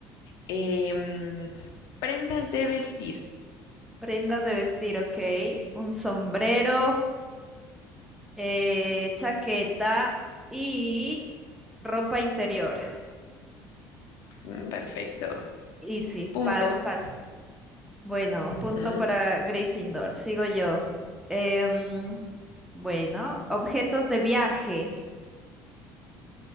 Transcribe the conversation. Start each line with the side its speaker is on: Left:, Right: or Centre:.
Left: Em, prendas de vestir.
Centre: Prendas de vestir, ok. Un sombrero, eh, chaqueta y ropa interior.
Left: Mm, Perfecto.
Centre: Easy,
Left: Punto.
Centre: fa- fácil. Bueno,
Left: Ujú,
Centre: punto para Gryffindor. Sigo yo. Em, bueno, objetos de viaje.